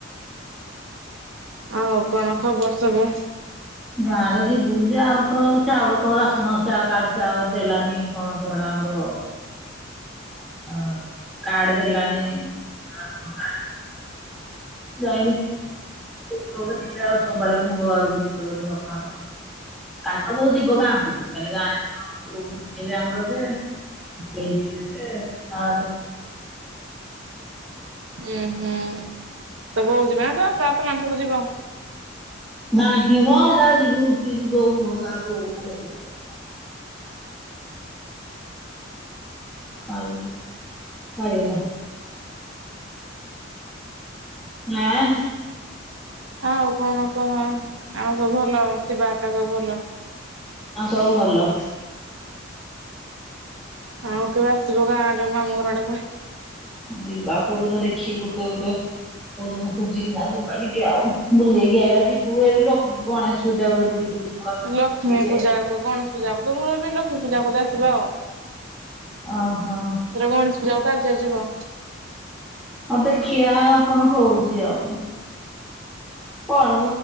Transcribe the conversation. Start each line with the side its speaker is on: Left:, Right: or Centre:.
Right: ଆଉ କଣ ଖବର ସବୁ?
Centre: ହଁ <unintelligible> ଗାଁ ରେ ଯିବୁ ଯେ ଆମର ତ ଚାଉଳ କଣ ରାସନ ଚା କାର୍ଡ ଚା ଦେଲାନି କଣ ତମଡେ ଆମର ହ କାର୍ଡ ଦେଲାନି ରାସନ କାର୍ଡ ଯାଇନିବେ ଗୋଟେ ଯିବେ ଆଉ ସୋମବାର କି ମଙ୍ଗଳ ବାର ଆଡ଼କୁ ଯିବେ ବୋଧେ ବାପା କାଲି ତ ବୋଉ ଯିବ ଗାଁକୁ କାଲି ଗାଁରେ କଣେଇ ଆମର ଯେ କେଜି ଆ <unintelligible>
Right: ଉୁଁ ହୁଁ ତ ବୋଉ ଯିବେ ନା ତୋ ବାପା ତମେ ମାନେ ସବୁ ଯିବ।
Centre: ନା ହିମରାଜିବୋ କି ଯ ବୋଉ ହଗା ବୋଉ ଖାଲି ଏକୁଟିଆ ଯିବ ପାଇ ପାଇଗଲ ହଁ।
Right: ଆଉ କଣ କୁହ ଆଉ ସବୁ ଭଲ ଆଉ ଶିବା ଆକା ସବୁ ଭଲ
Centre: ହଁ ସବୁ ଭଲ
Right: ଆଉ କେବେ ଆସିବ ଗାଁ ଆଡେ ମାମୁ ଘର ଆଡେ ପୁଣି
Centre: ଯିବା କୋଉଦିନ ଦେଖିକି ଗୋଟେ ଗୋଟେ <unintelligible> ଓେନୁ ଖଜି କି ନା ଯମା ଟଡିଗଉ ମୁଲ ଗବେ ଯିିବୁ ଏ ର <unintelligible> ଗଣେଶ ପୂଜା ବେଳେ ଯଦି ଯିବୁ ଯିବୁ
Right: ଲକ୍ଷ୍ମୀ
Centre: ଟିକେ
Right: ପୂଜା ଗଣେଶ ପୂଜା କ ତ ମୁଁ ରହିବିନି ଲକ୍ଷ୍ମୀ ପୂଜା କଦ ଆସିବା ଆଉ
Centre: ଓହୋ।
Right: ଦ୍ର ଗଣେଶୂଜା ତାେ ଚ ଯିବ
Centre: ହଁ ଦେଖିବା କଣ ହଉଛି ଆଉ କଣ?